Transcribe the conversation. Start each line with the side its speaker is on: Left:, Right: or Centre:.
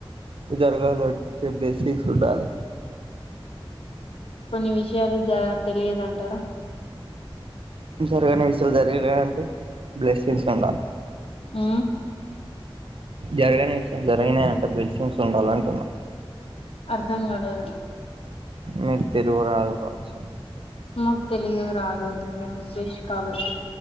Right: జరగాలే చెప్పేసితీ చూడాలి
Left: కొన్ని విషయాలు జ తెలియదంట
Right: సరిగానే విసులు జరిగలే అంటే బ్లెస్సింగ్స్ ఉండాలి
Left: ఉ
Right: జరగని విషయం జరిగినా అంటే బిల్సింగ్స్ ఉండాల అంటున్నా
Left: అర్ధం కాలేదు
Right: మీకు తెలుగు రాదు కావచ్చు
Left: మాకు తెలిగు రాదు అండి మేము ఇంగ్లీష్ కాబట్టి